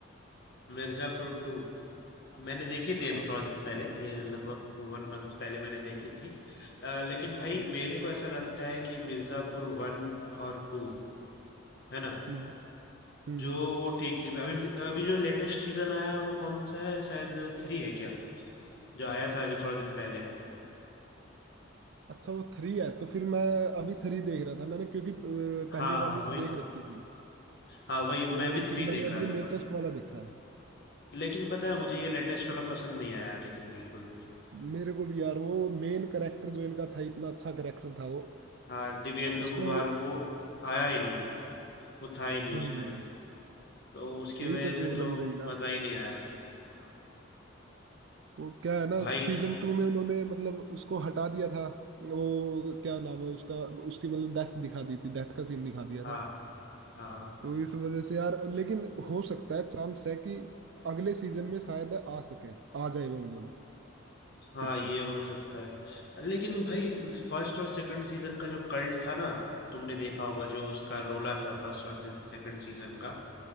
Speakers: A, on the left; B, on the right.
A: मिर्जापुर टू मैंने देखी
B: हाँ
A: थी अभी थोड़ा दिन पहले ए, लगभग वन मंथ पहले मैंने देखी थी अ, लेकिन भाई
B: हम्म
A: मेरे को ऐसा लगता है कि मिर्जापुर वन और टू है ना
B: हम्म हम्म
A: जो
B: हम्म हम्म।
A: वो ठीक थी अभी अभी जो लेटेस्ट सीजन आया है वो कौन सा है शायद थ्री है क्या जो आया था अभी थोड़ा दिन पहले
B: अच्छा वो थ्री है तो फिर मैं अभी थ्री देख रहा था मैंने क्योंकि अ,
A: हाँ
B: पहले
A: हाँ
B: वाली तो
A: वही
B: देख
A: तो
B: रखी थी
A: हाँ वही
B: तो
A: मैं भी थ्री
B: फिर मैंने
A: देख रहा
B: अब ये
A: था
B: लेटेस्ट वाला देखा है
A: लेकिन पता है मुझे ये लेटेस्ट वाला पसंद नहीं आया लेकिन बिल्कुल भी
B: मेरे को भी यार वो मेन करेक्टर जो इनका था इतना अच्छा करेक्टर था वो
A: हाँ दिव्येंदु
B: उसको
A: कुमार वो आया ही नहीं वो था ही नहीं
B: हम्म
A: उसमें तो उसकी
B: यही
A: वजह
B: तो
A: से
B: प्रॉब्लम
A: तो
B: रही ना
A: मजा ही नहीं आया हाँ,
B: वो क्या है ना
A: भाई
B: सीजन टू में उन्होंने मतलब उसको हटा दिया था वो क्या नाम है उसका उसकी मतलब डेथ दिखा दी थी डेथ का सीन दिखा दिया
A: हाँ
B: था
A: हाँ
B: तो इस वजह से यार लेकिन हो सकता है चांस है कि अगले सीजन में शायद आ सके आ जाए वो मतलब
A: हाँ
B: फिर से
A: ये हो सकता है लेकिन भाई फर्स्ट और सेकंड सीजन का जो कल्ट था ना तुमने देखा होगा जो उसका रोला था फर्स्ट और सेकंड सीजन का